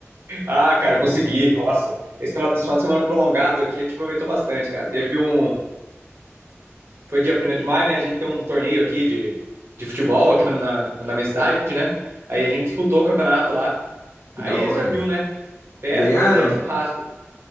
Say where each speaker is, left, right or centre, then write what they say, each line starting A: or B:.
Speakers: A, on the right (about 55°); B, on the left (about 75°).
A: Ah, cara, consegui. Nossa, esse final, esse final de semana prolongado aqui a gente aproveitou bastante, cara. Teve um. Foi dia 1 de maio, né? A gente tem um torneio aqui de, de futebol
B: Hum.
A: aqui na, na, na minha cidade, né? Aí a gente disputou o campeonato lá.
B: Que
A: Aí
B: da hora.
A: você já viu, né? Festa
B: Ganharam?
A: e churrasco.